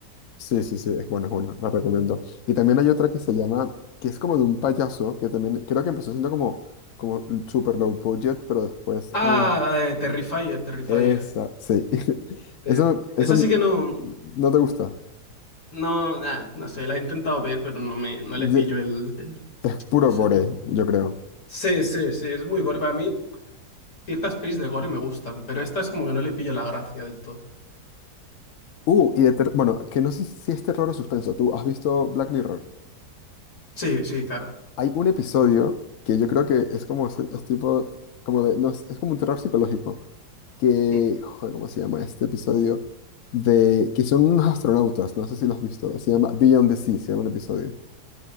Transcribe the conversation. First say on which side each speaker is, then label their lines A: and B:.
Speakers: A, on the left; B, on the left.
A: Sí, sí, sí, es buena, es buena, la recomiendo. Y también hay otra que se llama, que es como de un payaso, que también creo que empezó siendo como, como super low budget, pero después...
B: Ah,
A: eh,
B: la de Terrifier, Terrifier.
A: Esa, sí. <laughs>
B: Sí.
A: Eso, eso
B: Esa sí que no,
A: no te gusta.
B: no, nah, no sé, la he intentado ver, pero no me, no le pillo
A: Ye-
B: el, el-
A: Es puro
B: no sé.
A: gore, yo creo.
B: Sí, sí, sí, es muy gore. Para mí, ciertas pelis de gore me gustan, pero esta es como que no le pillo la gracia del todo.
A: Uh, y de ter- bueno, que no sé si es terror o suspenso. ¿Tú has visto Black Mirror?
B: Sí, sí, claro.
A: Hay un episodio que yo creo que es como ese- es tipo, como de, no, es, es como un terror psicológico. Que,
B: Hmm.
A: joder, ¿cómo se llama este episodio? De que son unos astronautas, no sé si lo has visto. Se llama Beyond the Sea, se llama el episodio.